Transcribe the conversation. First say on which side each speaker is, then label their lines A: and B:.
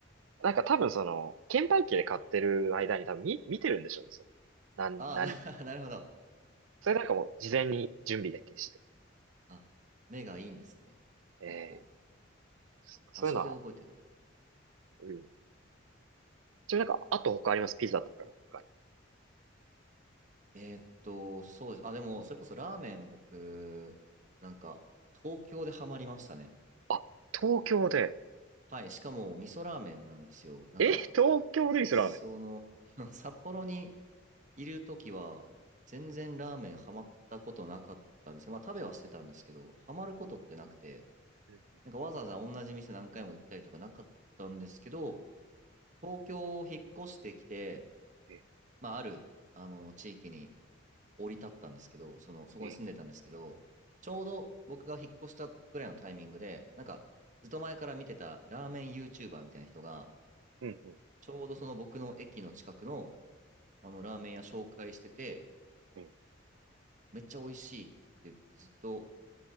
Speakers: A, on the right (about 85°); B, on the right (about 40°).
A: なんか多分その、券売機で買ってる間に多分見、見てるんでしょうね、その。なん、
B: ああ、
A: 何。
B: な、<laughs> なるほど。
A: それなんかもう事前に準備だけして。
B: あ、目がいいんですね。
A: え
B: 結構。
A: ー、そういうのは、
B: 場所で覚えてるのか。
A: うん、ちなみになんか、あと他ありますピザとかの他に。
B: えーっと、そうです。あ、でも、それこそラーメン僕、なんか、東京でハマりましたね。
A: あ、東京で。
B: はい、しかも味噌ラーメンなんですよ。なんか、
A: え、東京で味噌ラーメン。
B: その、<laughs> 札幌にいるときは、全然ラーメンハマったことなかったんですけど、まあ食べはしてたんですけど、ハマることってなくて、
A: うん
B: なんかわざわざ同じ店何回も行ったりとかなかったんですけど、東京を引っ越してきて、
A: え、
B: まあある、あの、地域に降り立ったんですけど、その、そこに住んでたんですけど、
A: え、え、
B: ちょうど僕が引っ越したぐらいのタイミングで、なんか、ずっと前から見てたラーメン YouTuber みたいな人が、
A: うん、うん、
B: ちょうどその僕の駅の近くの、あの、ラーメン屋紹介してて、
A: うん。
B: めっちゃ美味しいって言って、ずっと